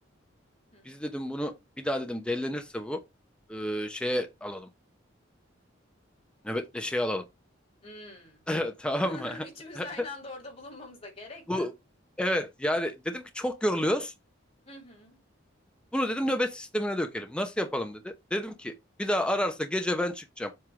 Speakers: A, on the left (about 30°); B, in the centre.
A: Hı hı.
B: Biz dedim bunu bir daha dedim delilenirse bu e, şeye alalım. Nöbetle şey alalım.
A: Hmm.
B: <laughs> Tamam
A: <laughs>
B: mı?
A: Üçümüz
B: <laughs>
A: aynı anda orada bulunmamıza gerek
B: Bu
A: yok.
B: evet yani dedim ki çok yoruluyoruz.
A: Hı hı.
B: Bunu dedim nöbet sistemine dökelim. Nasıl yapalım dedi. Dedim ki bir daha ararsa gece ben çıkacağım.